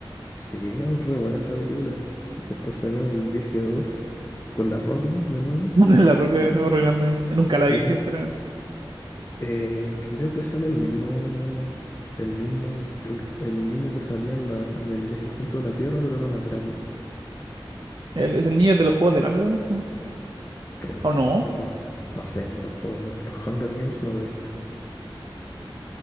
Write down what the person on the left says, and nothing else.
Sí, no, re buena esa película. Después sacaron El Viaje dos con La Roca de nuevo.
Sí,
eh, creo que sale el mismo, el mismo, el, el niño que salía en la, en el viaje al centro de la Tierra, pero era más grande.
Creo que
sí,
no, no sé, los juegos, los Hunger Games no lo he visto,